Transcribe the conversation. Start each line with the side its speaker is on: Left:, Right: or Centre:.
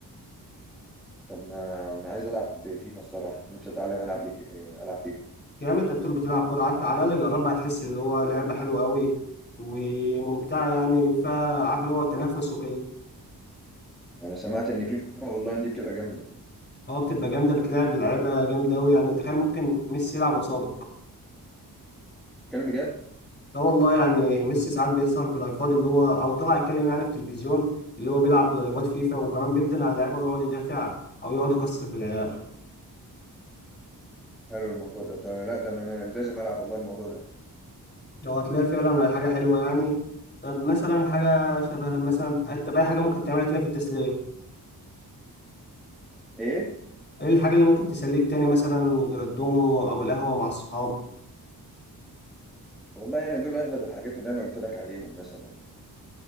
Centre: طب ما انا عايز العب فيفا الصراحه نفسي اتعلم العب لي العب فيفا
Left: يا عم انت بتقول بتلعب كوره عارف على الاقل جربها هتحس اللي هو لعبه حلوه قوي وممتعه يعني فيها عارف اللي هو تنافس وكده
Centre: انا سمعت ان فيفا اونلاين دي بتبقى جامده
Left: هو بتبقى جامدة بتلعب لعيبة جامدة أوي يعني تخيل ممكن ميسي يلعب قصادك
Centre: كلام بجد
Left: لا والله يعني ميسي ساعات بيسهر في اللايفات اللي هو أو طلع يتكلم يعني في التلفزيون اللي هو بيلعب لايفات فيفا وكمان بيبدل على اللعيبة ويقعد يدافع أو يقعد يكسر في العيال
Centre: حلو الموضوع ده طب لا ده انا أنا لازم العب والله الموضوع ده
Left: لو هتلاقي فعلا حاجة حلوة يعني طب مثلا حاجة شبه مثلا طب أي حاجة ممكن تعملها تاني في التسلية
Centre: ايه
Left: إيه الحاجة اللي ممكن تسليك تاني مثلا غير الدومينو أو القهوة مع الصحاب
Centre: والله يعني دول اغلب الحاجات اللي انا قلت لك عليهم مثلا